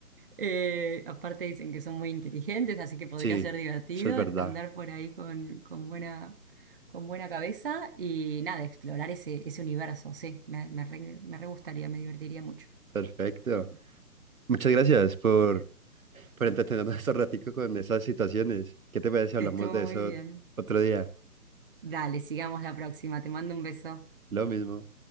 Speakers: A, on the right (about 35°); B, on the right (about 60°).
A: Eh, aparte dicen que son muy inteligentes, así que podría
B: sí,
A: ser divertido
B: eso es verdad.
A: an- andar por ahí con, con buena, con buena cabeza y nada, explorar ese, ese universo. Sí, me, me re, me re gustaría, me divertiría mucho.
B: Perfecto. Muchas gracias por Pero entretenernos estos raticos <laughs> con esas situaciones. ¿Qué te parece si hablamos
A: Estuvo
B: de
A: muy
B: eso
A: bien.
B: otro día?
A: Dale, sigamos la próxima. Te mando un beso.
B: Lo mismo.